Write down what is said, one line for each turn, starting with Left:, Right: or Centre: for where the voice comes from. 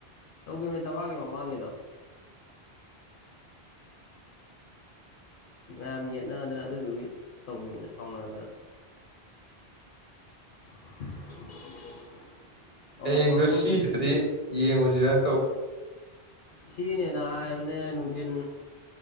Left: ꯇꯧꯈꯤꯕꯃꯤ ꯇꯥꯛꯋꯥꯒꯤ ꯃꯃꯥꯡꯒꯤꯗ ꯃꯌꯥꯝ ꯌꯦꯠꯅꯗꯅ ꯑꯗꯨꯗꯨꯒꯤ ꯇꯧꯈꯤꯕꯅꯦ ꯁꯥꯎꯅꯗꯅ
Right: <unintelligible>
Left: <unintelligible>
Right: ꯍꯌꯦꯡꯗꯣ
Left: ꯄꯣꯔꯛꯐꯝ
Right: ꯁꯤꯗꯗꯤ ꯌꯦꯡꯉꯨꯁꯤꯔꯅ ꯇꯧꯕ
Left: ꯁꯤꯅꯦꯅ ꯍꯥꯏꯕꯅꯦ ꯅꯨꯡꯊꯤꯟ